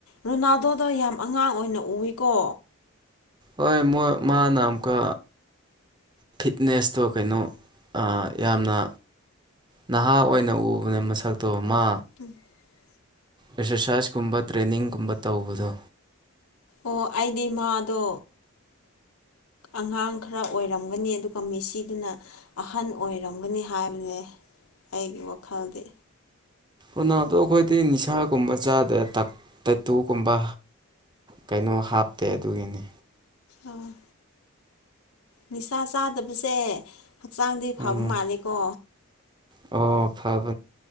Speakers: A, on the left; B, on the right.
A: ꯔꯣꯅꯥꯜꯗꯣꯗꯣ ꯌꯥꯝ ꯑꯉꯥꯡ ꯑꯣꯏꯅ ꯎꯏꯀꯣ
B: ꯍꯣꯏ ꯃꯣꯏ ꯃꯥꯅ ꯑꯃꯀ ꯐꯤꯠꯅꯦꯁꯇꯣ ꯀꯩꯅꯣ ꯑ ꯌꯥꯝꯅ ꯅꯍꯥ ꯑꯣꯏꯅ ꯎꯕꯅ ꯃꯁꯛꯇꯣ ꯃꯥ
A: <inaudible>
B: ꯑꯦꯛꯁꯔꯁꯥꯏꯁꯀꯨꯝꯕ ꯇ꯭ꯔꯦꯅꯤꯡꯒꯨꯝꯕ ꯇꯧꯕꯗꯣ
A: ꯑꯣ ꯑꯩꯗꯤ ꯃꯥꯗꯣ ꯑꯉꯥꯡ ꯈꯔ ꯑꯣꯏꯔꯝꯒꯅꯤ ꯑꯗꯨꯒ ꯃꯤꯦꯁꯤꯗꯨꯅ ꯑꯍꯟ ꯑꯣꯏꯔꯝꯒꯅꯤ ꯍꯥꯏꯕꯅꯦ ꯑꯩꯒꯤ ꯋꯥꯈꯜꯗꯤ
B: ꯎꯅꯥꯗꯣ ꯑꯩꯈꯣꯏꯗꯤ ꯅꯤꯁꯥꯒꯨꯝꯕ ꯆꯥꯗ꯭ꯔꯦ ꯇꯥꯏꯇꯨꯒꯨꯝꯕ ꯀꯩꯅꯣ ꯍꯥꯞꯇꯦ ꯑꯗꯨꯒꯤꯅꯤ
A: ꯑꯣ ꯅꯤꯁꯥ ꯆꯥꯗꯕꯁꯦ ꯍꯛꯆꯥꯡꯗꯤ ꯐꯕ
B: ꯎꯝ
A: ꯃꯥꯜꯅꯤꯀꯣ
B: ꯑꯣ ꯐꯕ